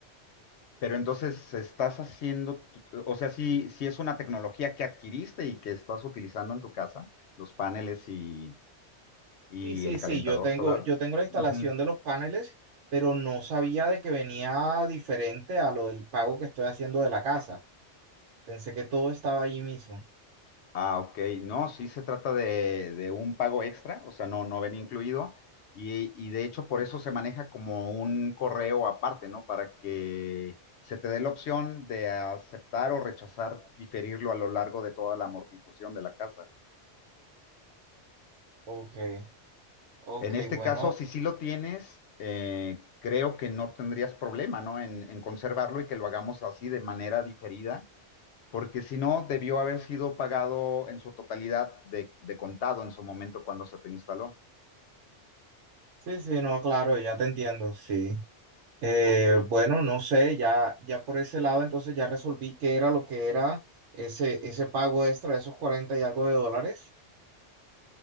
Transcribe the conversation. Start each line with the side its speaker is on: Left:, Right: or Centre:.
Left: Pero entonces estás haciendo, tu- o sea, si, si es una tecnología que adquiriste y que estás utilizando en tu casa, los paneles y ¿Y
Right: Sí, sí,
Left: el
Right: sí,
Left: calentador
Right: yo tengo,
Left: solar?
Right: yo tengo la instalación
Left: Ujú.
Right: de los paneles, pero no sabía de que venía diferente a lo del pago que estoy haciendo de la casa. Pensé que todo estaba allí mismo.
Left: Ah, ok. No, sí se trata de, de un pago extra, o sea, no, no ven incluido. Y, y de hecho, por eso se maneja como un correo aparte, ¿no? Para que se te dé la opción de aceptar o rechazar, diferirlo a lo largo de toda la amortización de la casa.
Right: Ok, ok,
Left: En este
Right: bueno,
Left: caso, si sí lo tienes, eh, creo que no tendrías problema, ¿no? En, en conservarlo y que lo hagamos así de manera diferida porque si no, debió haber sido pagado en su totalidad de, de contado en su momento cuando se te instaló.
Right: sí, sí, no, claro, ya te entiendo, sí. Eh,
Left: Ok,
Right: bueno, no sé, ya, ya por ese lado entonces ya resolví qué era lo que era ese, ese pago extra de esos 40 y algo de dólares.